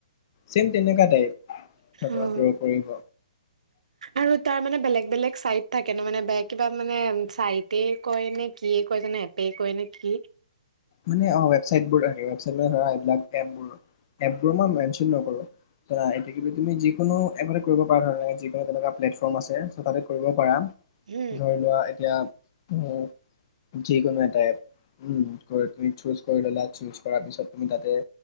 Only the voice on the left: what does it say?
ছেম, তেনেকুৱা টাইপ
তোমাৰ গ্ৰ' কৰিব
মানে, অ', ৱেবছাইটবোৰ থাকে। ৱেবছাইটৰ ধৰা এইবিলাক এপবোৰ এপবোৰ মই মেনশ্বন নকৰোঁ। ধৰা, এ <unintelligible> কি বুলি। তুমি যিকোনো এপতে কৰিব পাৰা। যিকোনো তেনেকুৱা প্লেটফৰ্ম আছে, তাতে কৰিব পাৰা
ধৰি লোৱা এ বেয়া, উম। যিকোনো এটা এপ। উম। গৈ তুমি চুজ কৰি ল'লা। চুজ কৰাৰ পিছত তুমি তাতে